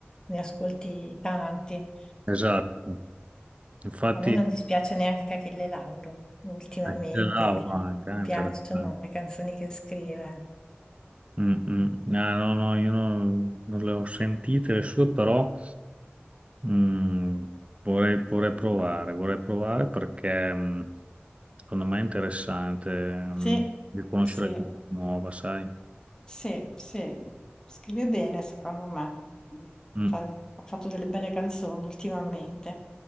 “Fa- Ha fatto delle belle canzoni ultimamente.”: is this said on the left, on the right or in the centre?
Left